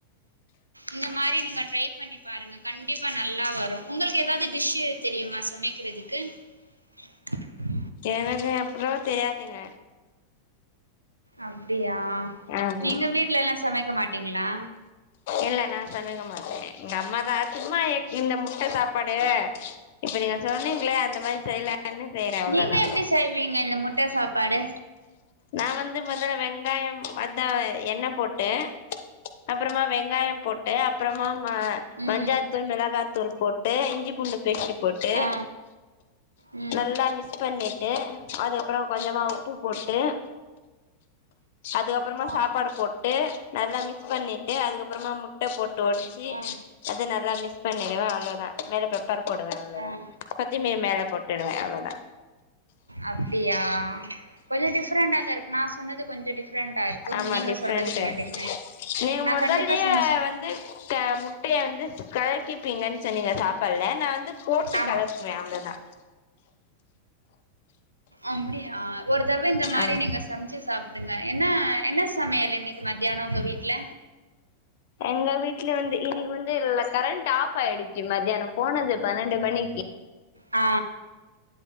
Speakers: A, on the right; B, on the left.
A: இந்த மாரி நீங்க ட்ரை பண்ணி பாருங்க கண்டிப்பா நல்லா வரும் உங்களுக்கு ஏதாவது டிஷ்சு தெரியுமா சமைக்கிறதுக்கு. க்கு
B: எனக்கு எவ்வளோ தெரியாதீங்க.
A: அப்டியா
B: ஆமாங்க
A: நீங்க வீட்ல எல்லா சமைக்க மாட்டீங்களா.
B: இல்ல நான் சமைக்க மாட்டே எங்க அம்மா தான் அ சும்மா இந்த முட்ட சாப்பாடு. நீங்க சொன்னீங்களே அந்த மாதிரி செய்யல <unintelligible> சயி றேன் அவ்ளோதா
A: நீங்க எப்டி செய்வீங்க இந்த முட்ட சாப்பாடு
B: நா வந்து முதல்ல வெங்காயம் அதான் என்ன போட்டு அப்புறமா வெங் வெங்காயம் போட்டு அப்புறமா
A: ம்
B: மஞ்சாத்தூள் மிளகாத்தூள் போட்டு இஞ்சி பூண்டு வெட்டி போட்டு
A: ஆ ம்
B: நல்லா மிஸ் பண்ணி விட்டு அதுக்கப்புறம் கொஞ்சமா உப்பு போட்டு அதுக்கப்புறமா
A: ஆ
B: சாப்பாடு போட்டு நல்லா மிக்ஸ் பண்ணிட்டு அதுக் அப்புறமா முட்ட போட்டு ஒடிச்சு
A: ஆ
B: அத நல்லா மிஸ் பண்ணிடுவே அவ்வளோதா மேல பெப் பர் போடுவ அவ்வளோதா
A: ஆ
B: கொத்திமல்லி மேலே போட்டுடுவே அவ்வளோதா
A: அப்டியா கொஞ்ச டிஃப்ரெண்டா தான் இருக்கு நான் சொன்னது கொஞ்சம் டிஃப் டிஃப்ரெண்டா இருக்கும்
B: ஆமா
A: நீங்க
B: டிஃப்ரெண்ட்டு
A: சொல்றது கொஞ்சம் டிஃப்ரெண்ட்
B: நீங்க
A: நா
B: முதலயே
A: கண்டிப்பா செஞ்சு
B: வந்து முட்டையை வந்து கலக்கி ப்பீங்கன்னு சொன்னீங்க சாப்பாடல நான் வந்து போட்டு
A: ஆமா
B: கலக்வே அவ்ளதா
A: அப்படியா ஒரு தடவை இந்த மாரி
B: ஆமா
A: நீங்க சமைச்சு சாப் ங்க என்ன என்ன சமையல் இன்னைக்கு மத்தியானம் உங்க வீட்ல
B: எங்க வீட்ல வந்து இன்னக்கி வந்து எல்ல கரண்ட் ஆஃப் ஆயிடுச்சு மத்தியானம் போனது பன்னெண்டு மணிக்கு <unintelligible>
A: ஆ